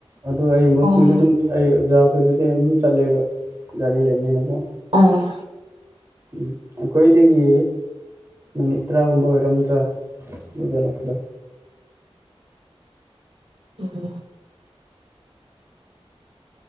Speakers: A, on the right; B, on the right.
A: ꯑꯗꯣ ꯑꯩ ꯃꯔꯨꯞꯁꯤꯡꯗ
B: ꯑꯣ
A: ꯑꯗꯨꯝ ꯑꯩ ꯑꯣꯖꯥꯈꯣꯏꯗꯗꯤ ꯑꯗꯨꯝ ꯆꯠꯂꯦꯕ ꯒꯥꯔꯤ ꯂꯩꯕꯅꯤꯅꯀꯣ
B: ꯑꯥ
A: ꯎꯝ ꯑꯩꯈꯣꯏꯗꯒꯤ ꯃꯤꯅꯤꯠ ꯇꯔꯥꯒꯨꯝꯕ ꯑꯣꯏꯔꯝꯗ꯭ꯔꯥ ꯅꯣꯏꯗ ꯂꯥꯛꯄꯗ
B: ꯎꯝ